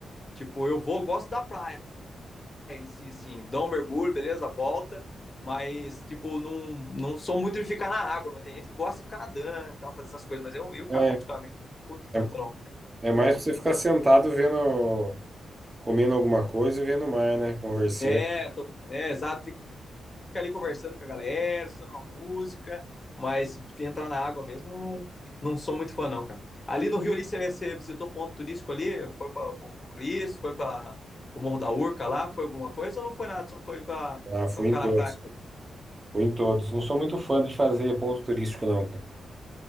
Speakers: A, on the left; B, on the right.
A: Tipo, eu vou, eu gosto da praia em si, assim, dou um mergulho, beleza, volta. Mas, tipo, não, não sou muito de ficar na água. Mas tem gente que gosta de ficar nadando e tal, fazer essas coisas. Mas eu, eu, cara,
B: É,
A: particularmente, não curto tanto,
B: é,
A: não.
B: é mais
A: Eu-
B: pra você ficar sentado vendo, comendo alguma coisa e vendo o mar, né? Conversando.
A: É, tô- é, exato. fica ali conversando com a galera, estudando uma música, mas entrar na água mesmo, não, não sou muito fã, não, cara. Ali no Rio, ali, você, você visitou ponto turístico ali? Foi para o Cristo, foi para o Morro da Urca lá? Foi alguma coisa ou não foi nada? Só foi para
B: Ah, fui
A: ficar
B: em todos.
A: na praia?
B: Fui em todos. Não sou muito fã de fazer ponto turístico, não, cara.